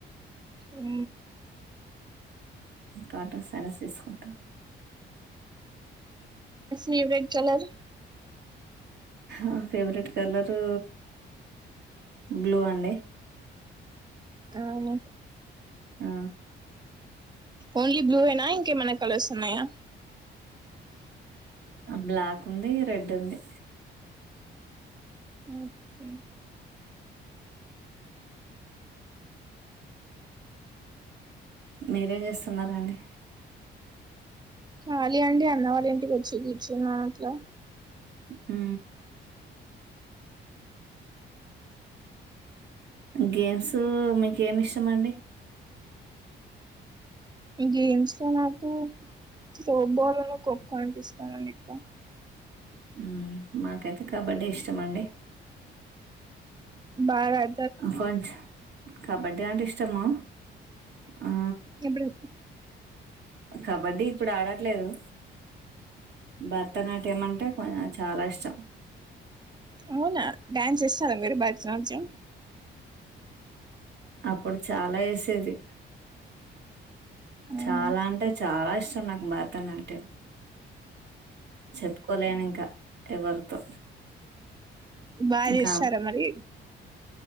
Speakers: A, on the right; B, on the right.
A: అవు
B: కాటర్ సారస్ తీసుకుంటా
A: మీ ఫేవరెట్ కలర్
B: ఆ ఫేవరెట్ కలరు బ్లూ అండి
A: అవును
B: ఆ
A: ఓన్లీ బ్లూ యేనా ఇంకేమన్నా కలర్స్ ఉన్నాయా
B: బ్లాక్ ఉంది రెడ్ ఉంది
A: ఓకే
B: మీరేం చేస్తున్నారాండి?
A: ఖాళీ అండి అన్నవాళ్ళ ఇంటికి వచ్చి కూర్చున్నా అట్లా
B: ఆ గేమ్స్ మీకేమి ఇష్టం అండి
A: ఈ గేమ్స్ లో నాకు త్రోబాల్ని, ఖోఖో అంటే ఇస్తామండి ఇంకా
B: మ్మ్. మాకైతే కబడ్డే ఇష్టమండి
A: బాగా కల్
B: కొంచ కబడ్డీ అంటే ఇష్టమా ఆ
A: ఇప్పుడు
B: కబడ్డీ ఇప్పుడు ఆడా లేదు భరతనాట్యం అంటే చాలా ఇష్టం చ్చా
A: అవునా డ్యాన్స్ చేస్తారా మీరు భరతనాట్యం
B: అప్పుడు చాలా వేసేది
A: అవునా
B: చాలా అంటే చాలా ఇష్టం నాకు భరతనాట్యం చెప్పుకోలేను ఇంకా ఎవరితో
A: బాగా
B: ఇంకా
A: చేస్తారా మరి